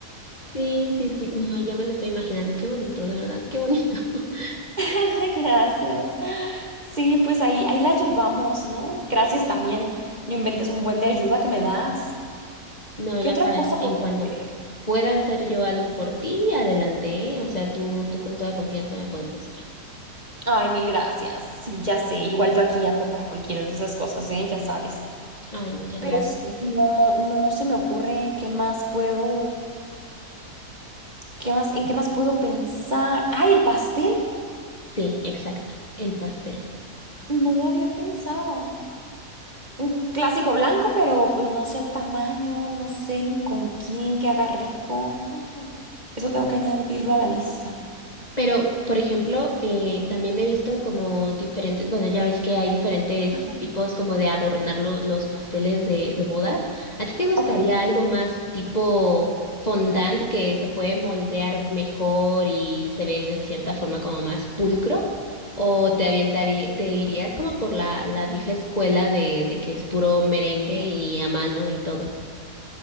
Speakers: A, on the left; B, on the right.
A: Sí, sí, sí. No, ay, ya me lo estoy imaginando. Qué bonito, de verdad, qué bonito. <laughs>
B: <laughs> Gracias. Sí, pues ahí, ahí la llevamos, ¿no? Gracias también. No inventes un buen de ayuda que me das.
A: No,
B: ¿Qué
A: ya
B: otra
A: sabes,
B: cosa
A: en
B: podría
A: cuanto
B: hacer?
A: pueda hacer yo algo por ti, adelante, ¿eh? O sea, tú, tú con toda confianza me puedes decir.
B: Ay, mil gracias. Sí, ya sé. Igual yo aquí ando para cualquiera de esas cosas, ¿eh? Ya sabes.
A: Ay, muchas
B: Pero
A: gracias.
B: sí, no, no se me ocurre qué más puedo, qué más, en qué más puedo pensar. Ay, el pastel.
A: Sí, exacto. El pastel.
B: No lo había pensado. Un clásico blanco, pero pues no sé el tamaño, no sé ni con quién que haga rico. <gasps> Eso tengo que añadirlo a la lista.
A: Pero, por ejemplo, eh, también he visto como diferentes, bueno, ya ves que hay diferentes
B: Ajá.
A: tipos como de adornar lo- los pasteles de, de bodas. ¿A ti te gustaría
B: Ok.
A: algo más tipo fondant que se puede moldear mejor y se ve de cierta forma como más pulcro? ¿O te avientaría, te irías como por la, la vieja escuela de, de que es puro merengue y a mano y todo?